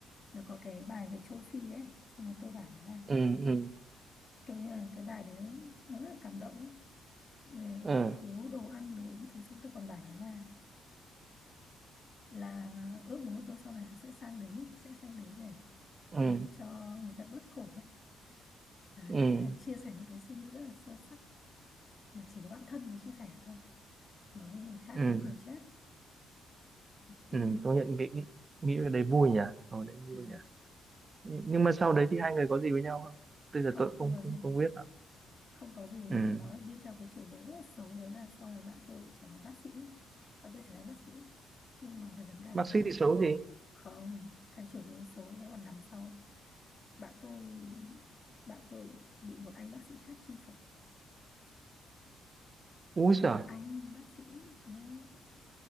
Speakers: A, on the left; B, on the right.
A: nó có cái bài về châu Phi ấy xong rồi tôi bảo nó là
B: ừ ừ
A: cái à, cái bài đấy nó rất là cảm động ấy. về
B: ừ
A: thiếu đồ ăn đồ uống thứ xong tôi còn bảo nó là là ước muốn của tôi sau này là sẽ sang đấy ấy, sẽ sang đấy để
B: ừ
A: làm cho người ta bớt khổ ấy đấy
B: ừ
A: nghĩa là chia sẻ những cái suy nghĩ rất là sâu sắc mà chỉ có bản thân mới chia sẻ thôi nói với người khác
B: ừ
A: nó cười chết thế thì
B: ừ công nhận nghĩ nghĩ nghĩ về đấy vui nhỉ ở đấy
A: ờ,
B: vui nhỉ Nh- nhưng mà sau đấy thì hai người có gì với nhau không bây giờ
A: không
B: tôi cũng
A: không có
B: không không,
A: gì
B: không biết lắm
A: không có gì
B: ừ
A: mà nó lại đi theo cái chiều hướng rất là xấu đó là sau này bạn tôi trở thành bác sĩ ấy. bạn tôi trở thành bác sĩ nhưng mà cái vấn đề
B: bác
A: đó
B: sĩ
A: là
B: thì xấu
A: bạn
B: gì
A: không cái chiều hướng xấu đó còn nằm sau bạn tôi bạn tôi lại bị một anh bác sĩ khác chinh phục
B: úi
A: một
B: giời
A: anh bác sĩ nhé